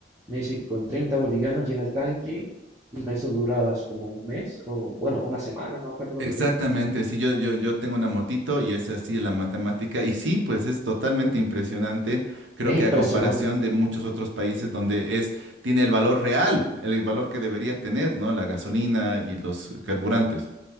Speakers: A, on the right; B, on the right.
A: me dice que con 30 bolivianos llena el tanque y con eso duras como un mes o, bueno, una semana, no me acuerdo cuánto
B: Exactamente,
A: me dijo.
B: sí, yo, yo, yo tengo una motito y es así la matemática. Y sí, pues es totalmente impresionante. Creo
A: Es
B: que
A: impresionante.
B: a comparación de muchos otros países donde es, tiene el valor real, el valor que debería tener, ¿no? La gasolina y los carburantes.